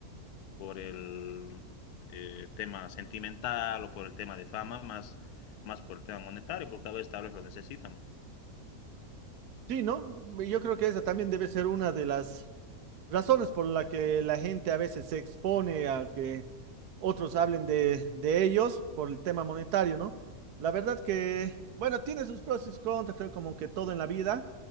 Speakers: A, on the left; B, on the right.
A: por el eh, tema sentimental o por el tema de fama, más, más por el tema monetario, porque a veces tal vez lo necesitan.
B: Sí, ¿no? Yo creo que esa también debe ser una de las razones por las que la gente a veces se expone a que otros hablen de, de ellos por el tema monetario, ¿no? La verdad que, bueno, tiene sus pros y sus contras, creo como que todo en la vida.